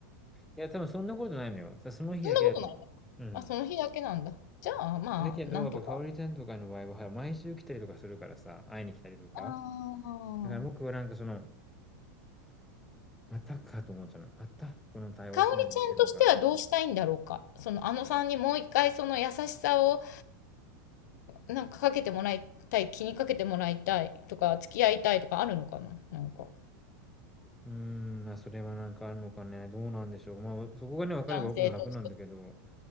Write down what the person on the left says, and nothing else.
そんなことない。
あ、その日だけなんだ。じゃあ、まあ、
なんとか。
ああ。
かおりちゃんとしてはどうしたいんだろうか。その、あのさんにもう一回その優しさを、んなんかかけてもらいたい、気にかけてもらいたいとか、付き合いたいとかあるのかななんか、
男性として。